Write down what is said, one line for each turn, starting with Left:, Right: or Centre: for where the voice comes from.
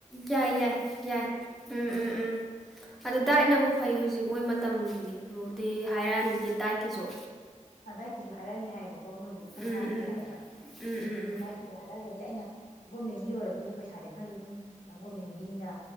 Centre: ꯌꯥꯏ ꯌꯥꯏ ꯌꯥꯏ ꯎꯝ ꯎꯝ ꯎꯝ ꯑꯗꯨ ꯗꯥꯏꯠꯅꯕꯨ
Left: ꯑꯗꯨꯕꯨ
Centre: ꯐꯩ ꯍꯧꯖꯤꯛ ꯃꯣꯏ ꯃꯇꯝꯕꯨꯗꯤ ꯍꯥꯏꯔꯛꯑꯅꯤ ꯗꯤ ꯗꯥꯏꯠ ꯀꯤꯁꯨ
Left: ꯑ ꯗꯥꯏꯠꯀꯤꯁꯨ ꯍꯥꯏꯔꯛꯑꯅꯤ ꯍꯥꯏꯌꯦꯕ ꯀꯣ ꯃꯣꯏꯁꯨ ꯐꯣꯝ
Centre: ꯎꯝ
Left: ꯊꯥꯗ꯭ꯔꯤ
Centre: ꯎꯝ
Left: ꯍꯥꯏꯌꯦꯕ
Centre: ꯎꯝ ꯎꯝ
Left: ꯑꯗꯣ
Centre: ꯎꯝ
Left: ꯗꯥꯏꯛꯀꯤꯗꯣ ꯍꯥꯏꯔꯛꯑꯒꯗꯤ ꯑꯩꯅ ꯒꯣꯔꯃꯦꯟꯒꯤ ꯑꯣꯏꯔꯒꯁꯨ ꯄꯩꯁꯥꯗꯤ ꯈꯔꯁꯨ ꯑꯗꯨꯝ ꯑ ꯒꯣꯔꯃꯦꯟꯒꯤꯅꯤꯅ